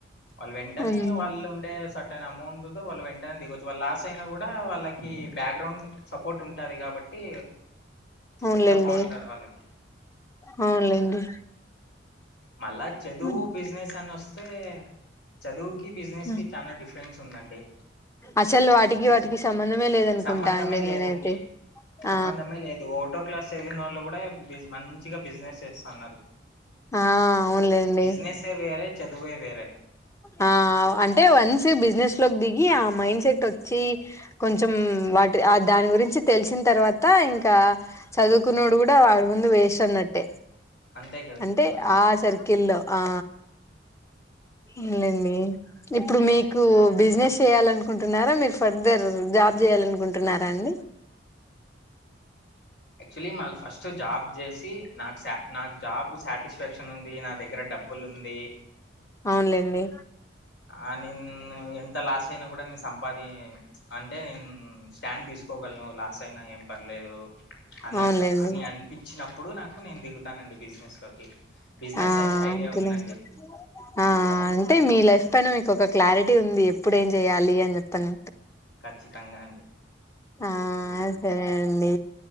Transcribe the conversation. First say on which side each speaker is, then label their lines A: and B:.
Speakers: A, on the left; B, on the left.
A: వాళ్ళు వెంటనే
B: ఉమ్
A: వాళ్ళు సట్ ఐన అమౌంట్ తో వాళ్ళు వెంటనే దిగొచ్చు, వాళ్ళు లాస్ అయినా కూడా వాళ్ళకి బ్యాక్గ్రౌండ్ సపోర్ట్ ఉంటది, కాబట్టి
B: అవునులేండి
A: ఇట్లా బాగుంటాది వాళ్ళకి
B: అవునులేండి
A: మళ్ళా చదువు
B: ఉమ్
A: బిజినెస్ అని వస్తే చదువుకి బిజినెస్
B: ఉమ్
A: కి చాలా డిఫరెన్స్ ఉందండి
B: అసలు వాటికి
A: ఇప్పుడు
B: వాటికి సంబంధమే లేదనుకుంటా
A: సంబంధమే
B: అండి
A: లేదండి
B: నేనైతే
A: సంబంధమే
B: ఆ
A: లేదు ఓటో క్లాస్ చదివిన వాళ్ళు కూడా బి మంచిగా బిజినెస్ చేస్తాన్నారు
B: ఆ అవునులేండి
A: బిజినెస్ ఎ వేరే చదువే వేరే
B: ఆ అంటే వన్స్ బిజినెస్ లోకి దిగి ఆ మైండ్ సెట్ వచ్చి కొంచం హ్మ్ వాటి ఆ దాని గురించి తెలిసిన తర్వాత ఇంకా చదువుకునోడు కూడా వాడి ముందు వేస్ ఉన్నట్టే
A: అంతే కదండి
B: అంటే
A: మళ్ళా
B: ఆ సర్కిల్ల్లో ఆ ఉనులేండి ఇప్పుడు మీకు బిజినెస్ చెయాల అనుకుంటున్నారా మీరు ఫర్దర్ జా జాబ్ చేయాలనుకుంటున్నారా అండి
A: యాక్చువలీ మళ్ళ ఫస్ట్ జాబ్ చేసి నాకు స నాకు జాబ్ సాటిస్ఫాక్షన్ ఉంది నా దగ్గర డబ్బులు ఉంది
B: అవునులేండి
A: ఆ నేను ఎంత లాస్ అయినా కూడా నే సంపాది అంటే నేను స్టాండ్ తీసుకో ఓగాల నువ్వు లాస్ అయినా ఏం పర్లేదు అన్నట్టు
B: అవునులేండి
A: అని అనిపించినప్పుడు నాకు నేను దిగుతానండి బిజినెస్ లోకి బిజినెస్
B: ఆ
A: అయితే ఐడియా
B: అంతలేండి
A: ఉందండి
B: ఆ అంటే మీ లైఫ్ ఎంతైనా మీకు ఒక క్లారిటీ ఉంది ఎప్పుడు ఏం చెయాలి అని చెప్పని
A: ఖచ్చితంగా అండి
B: ఆ సరే అండి